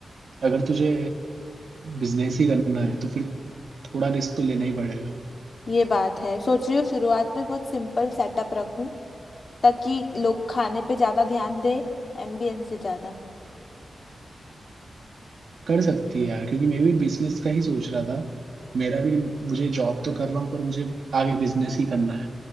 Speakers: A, on the right; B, on the left.
A: अगर तुझे बिजनेस ही करना है तो फिर थोड़ा रिस्क तो लेना ही पड़ेगा
B: ये बात है सोच रही हूँ शुरुआत में बहुत सिंपल सेटअप रखूं ताकि लोग खाने पे ज्यादा ध्यान दे एम्बियंस से ज्यादा
A: कर सकती है यार क्योंकि मैं भी बिजनेस का ही सोच रहा था मेरा भी मुझे जॉब तो कर रहा हूँ पर मुझे आगे बिजनेस ही करना है